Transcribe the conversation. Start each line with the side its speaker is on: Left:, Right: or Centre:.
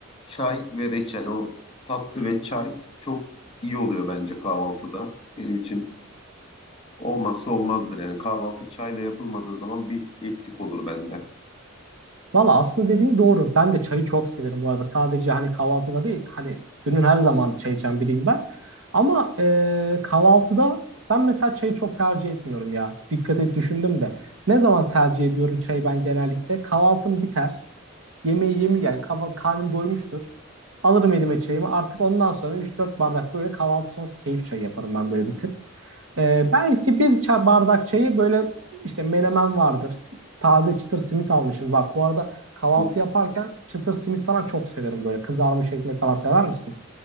Left: Çay ve reçel o tatlı ve çay çok iyi oluyor bence kahvaltıda. Benim için olmazsa olmazdır. Yani kahvaltı çayla yapılmadığı zaman bir eksik olur bende.
Right: Valla aslında dediğin doğru. Ben de çayı çok severim bu arada. Sadece hani kahvaltıda değil. Hani günün her zamanı çay içen biriyim ben. Ama e, kahvaltıda ben mesela çayı çok tercih etmiyorum ya. Dikkat et düşündüm de. Ne zaman tercih ediyorum çayı ben genellikle? Kahvaltım biter. Yemeği yemi yani kahvaltı karnım doymuştur. Alırım elime çayımı. Artık ondan sonra üç dört bardak böyle kahvaltı sonrası keyif çayı yaparım ben böyle bir tık. Ee, belki bir çay, bardak çayı böyle işte menemen vardır. Si- Taze çıtır simit almışım. Bak bu arada kahvaltı
Left: Of,
Right: yaparken çıtır simit falan çok severim böyle. Kızarmış ekmek falan sever misin?